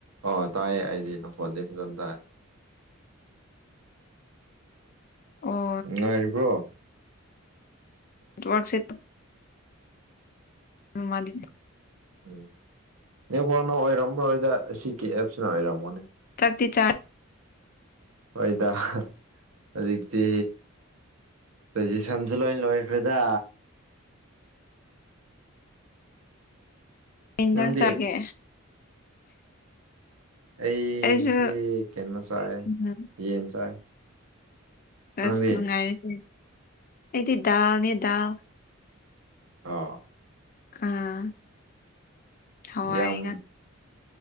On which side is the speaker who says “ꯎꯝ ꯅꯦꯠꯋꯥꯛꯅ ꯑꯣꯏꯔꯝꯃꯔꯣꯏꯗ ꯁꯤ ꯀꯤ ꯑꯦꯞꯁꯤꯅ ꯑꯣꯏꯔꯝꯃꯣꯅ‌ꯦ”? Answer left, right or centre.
Right